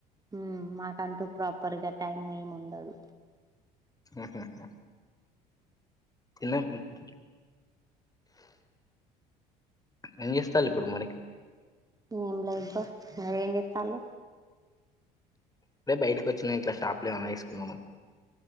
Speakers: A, on the right; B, on the left.
A: ఉం మాకంటూ ప్రాపర్ గా టైమ్ ఏం ఉండదు
B: ఉహు హు తిన్నం ఉ ఉ ఏం చేస్తాల్లు ఇప్పుడు మరి
A: ఏం లేదు బ్రో మరేం చెత్తళ్ళు
B: ఇపుడే బయటకి వచ్చిన ఇంట్లా షాప్ల ఏమన్నా తీసుకుందాం అని